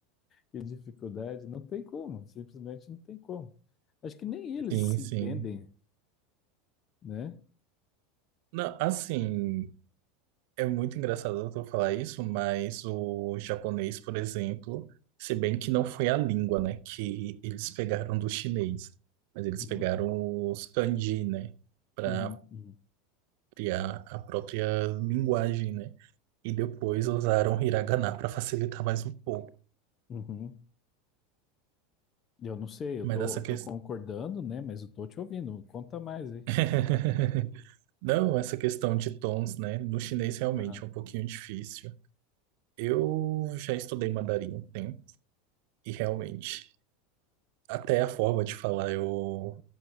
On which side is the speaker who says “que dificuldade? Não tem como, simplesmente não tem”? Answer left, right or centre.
Left